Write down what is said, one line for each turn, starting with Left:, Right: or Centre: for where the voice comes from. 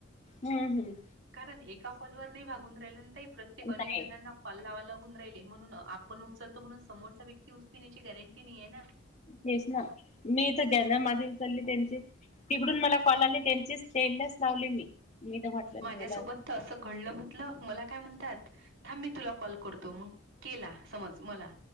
Left: हम्म हम्म.
Right: कारण एका कॉलवर नाही भागून राहिलं ना ताई, प्रत्येक
Left: नाही
Right: अनेक जणांना काॅल लावा लागुून राहिले म्हणून, आपण उचलतो म्हणून समोरचा व्यक्ती उचली याची गॅरंटी नाहीे ना.
Left: तेच ना, मी तर
Right: हं.
Left: ज्याना माझे. त्यांची तिकडून मला कॉल आली, त्यांची स्टेनलेस लावली मी. मी तर म्हटलं
Right: माझ्यासोबत
Left: नाही मला
Right: तर असं घडलं म्हटलं, मला काय म्हणतात थांब मी तुला कॉल करतो मग केला समज, मला